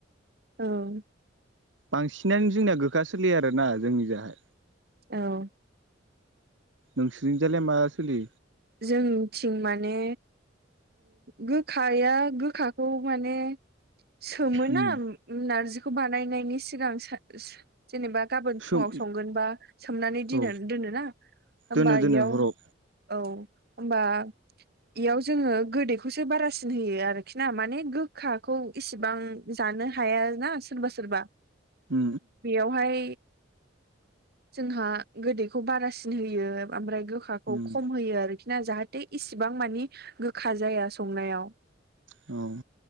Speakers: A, on the right; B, on the right.
A: औ
B: बांसिनानो जोंनिया गोखा सोलियो आरोना जोंनि जाय
A: औ
B: नोंसोरनिजालाय माब सोलि
A: जोंथिं माने गोखाया गोखाखौ माने सोमोना
B: उम
A: नारजिखौ बानायनायनि सिगां जेनेबा गाबोन
B: सोम
A: फुङाव संगोन बा सोमनानै
B: औ
A: द दोनोना होमबा
B: दोनो दोनो
A: इयाव
B: हराव
A: औ होमबा बेयाव जोङो गोदैखौसो बारासिन होयो आरोखि ना माने गोखाखौ इसिबां जानो हाया ना सोरबा सोरबा
B: ओ
A: बेवहाय जोंहा गोदैखौ बारासिन होयो आमफ्राय गो गोखौ
B: उम
A: खम होयो आरोखि ना जाहाथे इसिबां मानि गोखा जाया संनायाव
B: औ